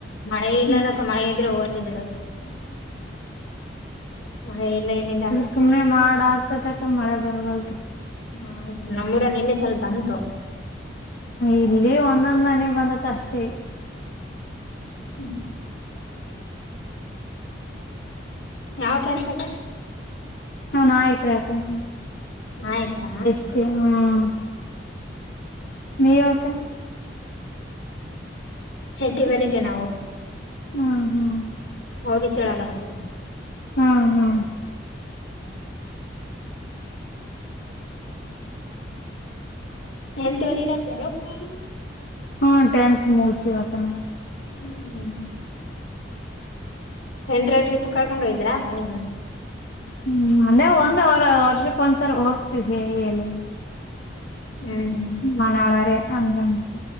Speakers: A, on the left; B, on the left.
A: ಮಳೆ ಇಲ್ಲಲ್ಲ
B: ಹ್ಮ್
A: ಅಕ್ಕ ಮಳೆ ಇದಿದ್ರೆ ಹೋಯ್ತಿದ್ರು ಮಳೆ ಇಲ್ಲ ಇಲ್ಲಿ
B: ಸುಮ್ನೆ ಮಾಡ ಆಗ್ತತಕ ಮಳೆ ಬರವಲ್ದು
A: ಹಾ ನಮ್ಮೂರಾಗ ನಿನ್ನೆ ಸ್ವಲ್ಪ ಬಂತು
B: ಇಲ್ಲಿ ಒಂದೊಂದ್ ಹನಿ ಬಂದತ್ ಅಷ್ಟೇ
A: ಹ್ಮ್. ಯಾವ ಕ್ಯಾಸ್ಟ್ ಕ್ಕಾ
B: ನಾವು ನಾಯಕರ ಅಕ್ಕ ನಾವು
A: ನಾಯಕರ
B: ಹ್ಮ್ ನೀವು ಅಕ್ಕ
A: ಚಟಿ ಬರಿಜಾ ನಾವು
B: ಹ್ಮ್ ಹ್ಮ್
A: ಓಬಿಸಿ ವೋಲಗ ಬರ್ತೀವಿ
B: ಹ್ಮ ಹಾ
A: ಟೆಂತ್ ಓದಿರಲ್ಲಕ್ಕ ನೀವು
B: ಹ್ಮ ಟೆಂತ್ ಮುಗಿಸಿವಿ ಅಕ್ಕ ನಾವು
A: ಹ್ಮ್ ಟೆಂತ್ ರಾಗ ಟ್ರಿಪ್ ಕರ್ಕೊಂಡು ಹೋಗಿದ್ರಾ ಅಕ್ಕ ನಿಮ್ಮನ್ನ
B: ಹ್ಮ ಅಂದೆ ಒಂದ್ ಅವರ ವರ್ಷಕ್ ಒಂದ್ಸರ್ ಹೋಗ್ತವಿ ಹೇಲ್ಲಿ
A: ಹ್ಮ್
B: ಹ ಮ ನಾಳಾರೆ ಅಂದಂಗ